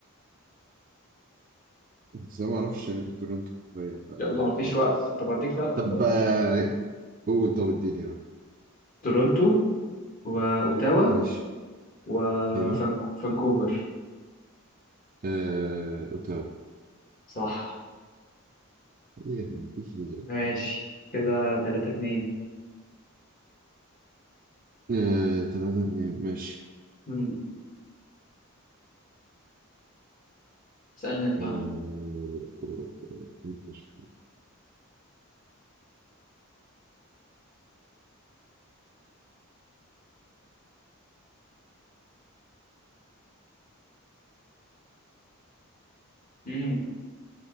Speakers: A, on the right (about 40°); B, on the left (about 40°).
A: إزاي ما أعرفش غير تورونتو باين فالله
B: يلا
A: يعني
B: مفيش
A: خلاص
B: وقت طب هديك ثلاث اختيارات
A: طب آه، قول طب اديني اه
B: تورونتو وأوتاوا
A: ماشي
B: وفانكوفر
A: أيوه آه، أوتاوا
B: صح
A: هي هي
B: ماشي كده تلاتة اتنين
A: آه، تلاتة اتنين ماشي
B: مم. اسألني انت
A: آه،
B: يلا.
A: ماشي.
B: امم